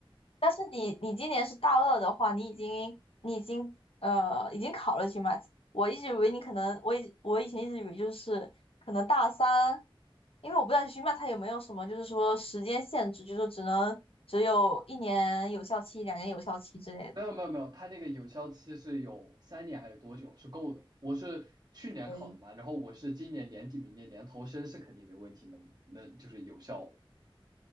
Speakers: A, on the left (about 80°); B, on the right (about 45°).
A: 但是你你今年是大二的话，你已经你已经呃已经考了 GMAT，我一直以为你可能我以我以前一直以为就是可能大三，因为我不知道 GMAT 它有没有什么就是说时间限制，就是说只能只有一年有效期、两年有效期之类的。
B: 没有没有没有，它那个有效期是有三年还是多久是够的。我是去年考的嘛，
A: 可以，
B: 然后我是今年年底、明年年头申是肯定没问题能能就是有效的。